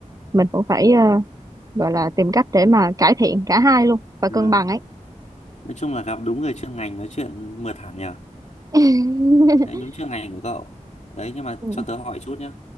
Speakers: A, on the right; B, on the left.
A: mình cũng phải ờ, gọi là
B: ừ,
A: tìm cách để mà cải thiện cả hai luôn và cân
B: à,
A: bằng ấy
B: nói chung là gặp đúng người chuyên ngành nói chuyện mượt hẳn nhờ.
A: <laughs>
B: Đấy, đúng chuyên ngành của cậu. Đấy, nhưng mà
A: Ừ,
B: cho tớ hỏi chút nhá.